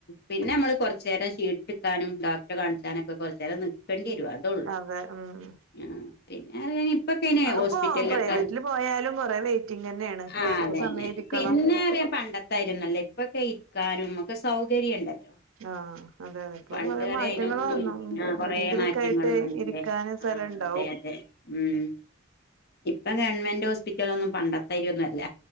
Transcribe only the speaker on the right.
അതെ ഉം
അതിപ്പോ
പ്രൈവറ്റില് പോയാലും കൊറേ വെയിറ്റിംഗ് തന്നെയാണ്
എത്ര
സമയം ഇരിക്കണം
ആ, അതെയതെ പ്പൊ
<unintelligible> റെ
മാറ്റങ്ങള്
വന്നു
എവിടെങ്കിലൊക്കായിട്ട്
ഇരിക്കാനും സ്ഥലണ്ടാവും